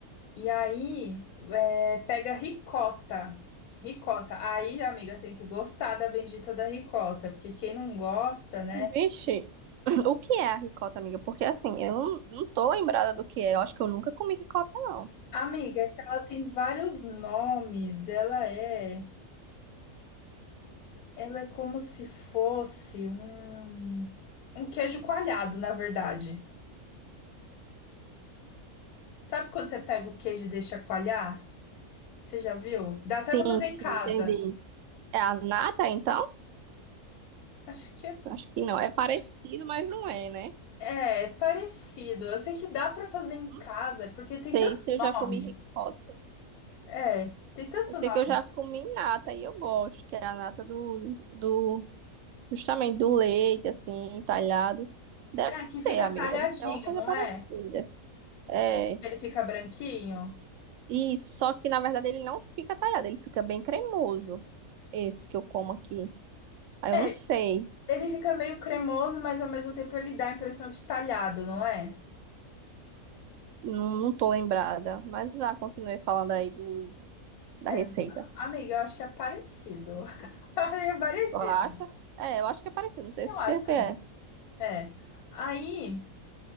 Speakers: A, on the left; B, on the right.
A: E aí é, pega ricota. Ricota. Aí, amiga, tem que gostar da bendita da ricota, porque quem não gosta, né?
B: Vixe, <clears throat> o que é a ricota, amiga? Porque assim, eu não, não tô lembrada do que é, eu acho que eu nunca comi ricota, não.
A: Amiga, é que ela tem vários nomes. Ela é. Ela é como se fosse um, um queijo coalhado, na verdade. Sabe quando você pega o queijo e deixa coalhar? Você já viu? Dá até
B: Sim,
A: pra fazer
B: sim,
A: em casa.
B: entendi. É a nata, então?
A: Acho que é,
B: Acho que não, é parecido, mas não é, né?
A: é, é parecido. Eu sei que dá pra fazer em
B: Não
A: casa, porque tem
B: sei
A: tanto
B: se eu já
A: nome.
B: comi ricota.
A: É, tem tanto
B: Eu sei
A: nome.
B: que eu já comi nata e eu gosto, que é a nata do, do justamente do leite, assim, talhado. Deve
A: É,
B: ser,
A: que fica
B: amiga,
A: talhadinho,
B: deve ser uma coisa
A: não
B: parecida.
A: é?
B: É,
A: Ele fica branquinho.
B: isso, só que na verdade ele não fica talhado, ele fica bem cremoso, esse que eu como aqui. Aí eu
A: É,
B: não sei,
A: ele fica meio cremoso, mas ao mesmo tempo ele dá a impressão de talhado, não é?
B: não, não tô lembrada, mas lá continuei falando aí do, da
A: É,
B: receita.
A: amiga, eu acho que é parecido. <laughs> É parecido.
B: Eu acho, é, eu acho que é parecido, não tenho
A: Eu
B: certeza
A: acho também.
B: se é.
A: É. Aí,